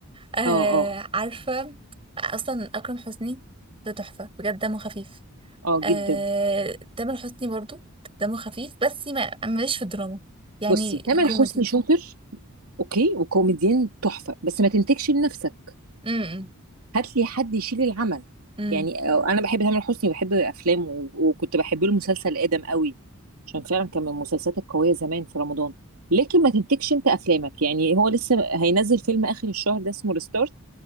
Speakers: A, on the right; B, on the right.
A: آه
B: اه اه
A: عارفة اصلا اكرم حسني ده تحفة بجد دمه خفيف
B: اه
A: آه
B: جدا
A: تامر حسني برضو دمه خفيف بس ما مش في الدراما يعني
B: بصي تامر
A: كوميدي
B: حسني شاطر اوكي وكوميديان تحفه بس ما تنتجش لنفسك
A: امم
B: هات لي حد يشيل العمل
A: امم
B: يعني آه، انا بحب تامر حسني وبحب افلامه و- وكنت بحب له مسلسل ادم قوي عشان فعلا كان من المسلسلات القويه زمان في رمضان لكن ما تنتجش انت افلامك يعني هو لسه هينزل فيلم اخر الشهر ده اسمه ريستارت